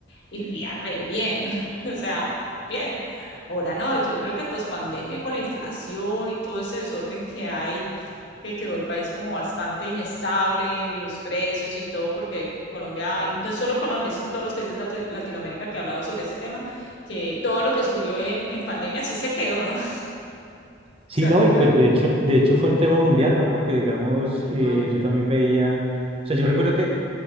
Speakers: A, on the left; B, on the right.
A: y vivía re bien, <laughs> o sea, bien. Ahora no, yo creo que pues pandemia con la inflación y todo ese desorden que hay que quedó el país como bastante inestable, los precios y todo, porque Colombia, y no es solo Colombia, son todos los países de Latinoamérica que he hablado sobre ese tema, que todo lo que subió en, en pandemia sí se quedó, ¿no? <laughs> O
B: Sí,
A: sea,
B: no,
A: nunca,
B: y pues de hecho, de hecho fue un tema mundial, ¿no? Porque digamos,
A: tal
B: eh,
A: cual,
B: yo también veía, o sea, yo recuerdo que,